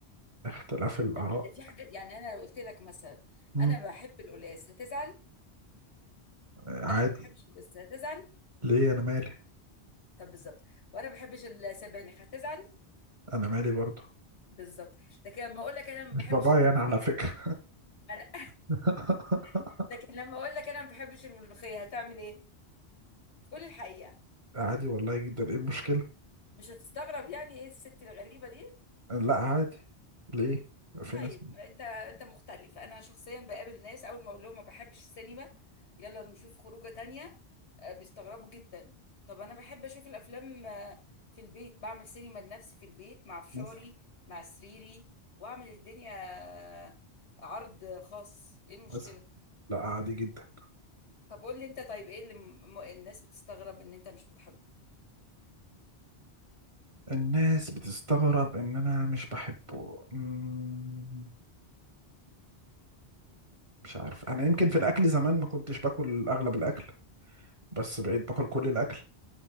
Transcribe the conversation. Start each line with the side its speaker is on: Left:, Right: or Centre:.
Right: اختلاف الآراء
Left: لا ده في حاجات يعني انا لو قلت لك مثلا
Right: مم.
Left: انا بحب القلقاس هتزعل
Right: عادي
Left: انا ما بحبش القلقاس هتزعل
Right: ليه أنا مالي
Left: طب بالظبط وانا ما بحبش السبانخ هتزعل
Right: أنا مالي برضه
Left: بالظبط لكن لما اقول لك انا ما
Right: مش
Left: بحبش
Right: بابايا
Left: الملوخيه
Right: أنا على فكرة
Left: انا
Right: <laughs>
Left: <laughs> لكن لما اقول لك انا ما بحبش الملوخيه هتعمل ايه قولي الحقيقه
Right: عادي والله جدا إيه المشكلة
Left: مش هتستغرب يعني ايه الست الغريبه دي
Right: لا عادي ليه في
Left: طيب
Right: ناس
Left: انت انت مختلف انا شخصيا بقابل ناس اول ما اقول لهم ما بحبش السينما يلا نشوف خروجه تانية آه، بيستغربوا جدا طب انا بحب اشوف الافلام آه، في البيت بعمل سينما لنفسي في البيت مع فشاري
Right: مثلا
Left: مع سريري واعمل الدنيا آه، عرض خاص ايه المشكله
Right: مثلا لا عادي جدا
Left: طب قول لي انت طيب ايه اللي م... م- الناس بتستغرب ان انت مش بتحبه
Right: الناس بتستغرب ان انا مش بحبه أمم، مش عارف انا يمكن في الاكل زمان ما كنتش باكل اغلب الاكل بس بقيت باكل كل الاكل